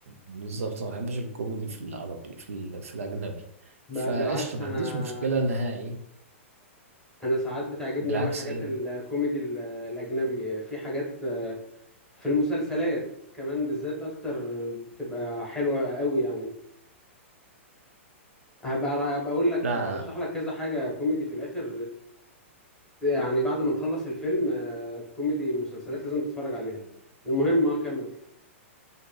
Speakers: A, on the right (about 90°); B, in the centre.
A: بالظبط ما بحبش الكوميدي في العربي في ال- في الاجنبي
B: ب...
A: فقشطه
B: بالعكس
A: ما
B: انا
A: عنديش مشكله نهائي
B: انا ساعات بتعجبني
A: بالعكس
B: قوي حاجات
A: ايه
B: الكوميدي ال- الاجنبي في حاجات في المسلسلات كمان بالذات اكتر بتبقى حلوه قوي يعني هبقى هبقى اقول لك
A: لا
B: هبقى ارشح لك كذا حاجه كوميدي في الاخر يعني بعد ما نخلص الفيلم آه، كوميدي مسلسلات لازم تتفرج عليها المهم اه كمل